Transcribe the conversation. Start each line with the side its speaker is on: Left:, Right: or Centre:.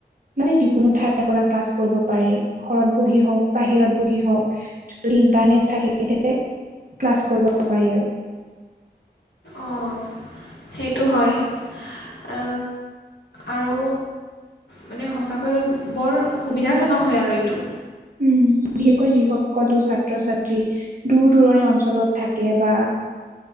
Right: মানে যিকোনো ঠাইৰ পৰা ক্লাছ কৰিব পাৰে ঘৰত বহি হওক বাহিৰত বহি হওক যদি ইন্টাৰনেট থাকে তেতিয়াহে ক্লাছ কৰিব পাৰি আৰু।
Left: অ সেইটো হয় অ। আৰু মানে সঁচাকৈ বৰ সুবিধাজনক হয় আৰু এইটো।
Right: উম' বিশেষকৈ যিসকলো ছাত্ৰ-ছাত্ৰী দূৰ-দূৰণি অঞ্চলত থাকে বা